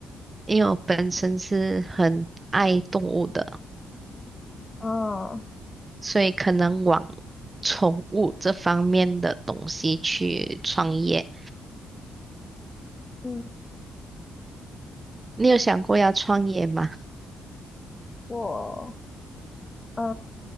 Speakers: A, on the right; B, on the left.
A: 因为我本身是很爱动物的，
B: 啊，
A: 所以可能往宠物这方面的东西去创业。
B: 嗯，
A: 你有想过要创业吗？
B: 我，嗯、